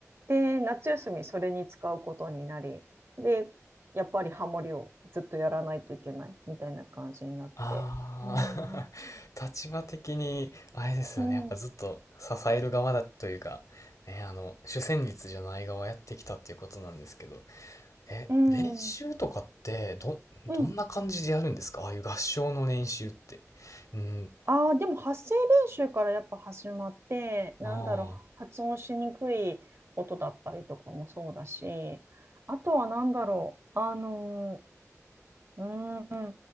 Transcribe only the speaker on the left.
ああ、
<laughs> 立場的に、あれですよね。
やっぱずっと支える側だというか、ね、あの、主旋律じゃない側やってきたっていうことなんですけど、え、
練習とかって、
ど、
どんな感じでやるんですかああいう合唱の練習って。うん。
ああ、